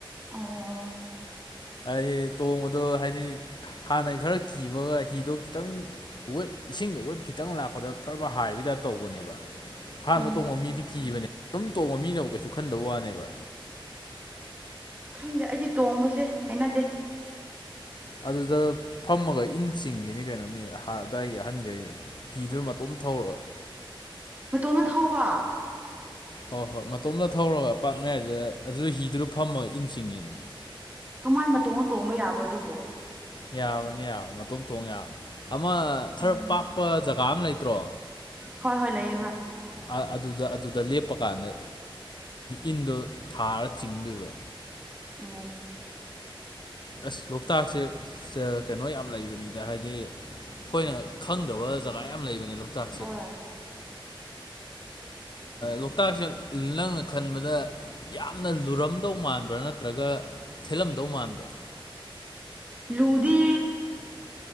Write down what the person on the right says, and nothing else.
ꯑꯣ
ꯑꯣ
ꯈꯪꯗꯦ ꯑꯩꯗꯤ ꯇꯣꯡꯕꯁꯦ ꯍꯥꯏꯅꯗꯦ
ꯃꯇꯣꯝꯅ ꯊꯧꯕ
ꯀꯃꯥꯏ ꯃꯇꯧꯅ ꯇꯣꯡꯕ ꯌꯥꯕ꯭ꯔꯣ ꯑꯗꯨꯕꯣ
ꯎꯝ
ꯍꯣꯏ ꯍꯣꯏ ꯂꯩꯌꯦ ꯍꯣꯏ
ꯎꯝ
ꯍꯣꯏ
ꯂꯨꯗꯤ